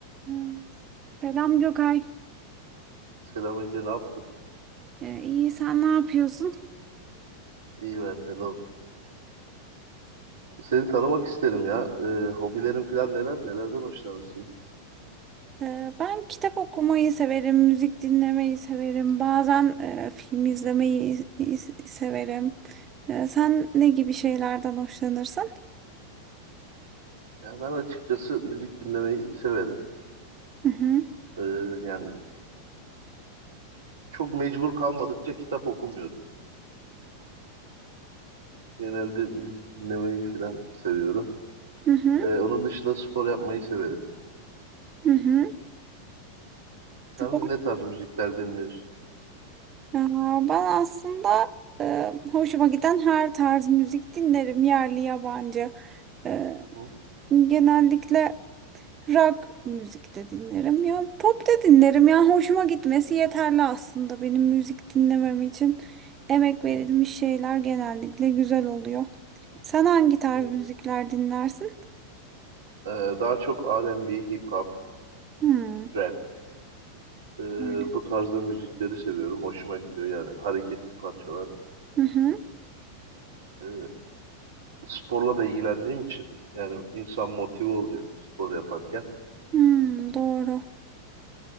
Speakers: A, on the right; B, on the right.
A: Hmm. Selam Gökay.
B: Selam Ece, ne yaptın?
A: Ee, iyi sen ne yapıyorsun?
B: İyi ben de. Nasıl? Seni tanımak isterim ya. Ee, hobilerin falan neler, nelerden hoşlanırsın?
A: Ee, ben kitap okumayı severim, müzik dinlemeyi severim. Bazen e, film izlemeyi i- i- severim. Ee, sen ne gibi şeylerden hoşlanırsın?
B: Ya ben açıkçası müzik dinlemeyi severim.
A: Hı hı.
B: Ee, yani çok mecbur kalmadıkça kitap okumuyorum. Genelde müzik dinlemeyi falan seviyorum.
A: Hı hı.
B: Ee, onun dışında spor yapmayı severim.
A: Hı hı.
B: Sen
A: Spor.
B: ne tarz müzikler dinliyorsun?
A: Aa, ben aslında e, hoşuma giden her tarz müzik dinlerim, yerli yabancı. Ee,
B: Hı hı.
A: genellikle Rock müzik de dinlerim ya. Pop da dinlerim ya. Hoşuma gitmesi yeterli aslında. Benim müzik dinlemem için emek verilmiş
B: Hı,
A: şeyler genellikle güzel oluyor. Sen hangi tarz
B: Evet.
A: müzikler dinlersin?
B: Ee, daha çok R&B, hip hop,
A: Hmm.
B: rap. Ee,
A: Öyle.
B: bu tarzda müzikleri seviyorum. Hoşuma gidiyor yani hareketli parçalar.
A: Hı hı.
B: Ee, sporla da ilgilendiğim için yani insan motive oluyor spor yaparken.
A: Hmm, doğru.